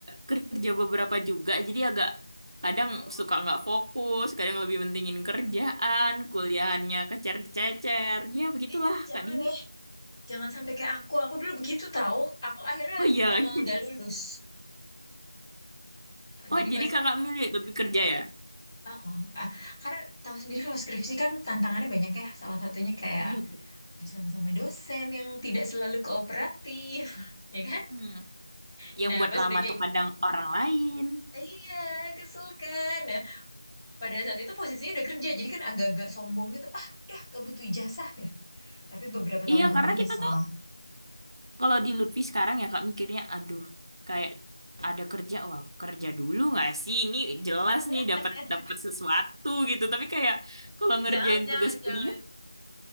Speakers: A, on the right; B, in the centre.
A: kerja beberapa juga. Jadi agak kadang
B: oh,
A: suka nggak fokus, kadang lebih pentingin kerjaan, kuliahannya kecer-cecer. Ya begitulah
B: Eh, jangan
A: Kak Dini.
B: ya, jangan sampai kayak aku. Aku dulu begitu tahu. Aku akhirnya
A: Oh iya.
B: eh,
A: <laughs>
B: nggak lulus. Eh, Jadi
A: Oh,
B: pas
A: jadi kakak milih lebih kerja ya?
B: Heeh. Ah, karena tahu sendiri kalau skripsi kan tantangannya banyak ya. Salah satunya kayak
A: Iya, Bu.
B: Urusan sama dosen yang tidak selalu kooperatif, <laughs> ya kan?
A: Hmm.
B: Nah,
A: Yang buat
B: pas
A: lama
B: udah kayak
A: tuh kadang orang lain.
B: Iya, kesel kan. Nah, pada saat itu posisinya udah kerja, jadi kan agak-agak sombong gitu. Ah, dah, gak butuh ijazah. ya. Tapi beberapa tahun
A: Iya,
B: kemudian
A: karena
B: nyesel.
A: kita tuh kalau di Lutfi sekarang ya kak mikirnya, aduh, kayak ada kerja, wah kerja dulu nggak sih? Ini jelas
B: <laughs>
A: nih dapat dapat sesuatu gitu. Tapi kayak kalau ngerjain
B: Jangan, jangan,
A: tugas kuliah,
B: jangan.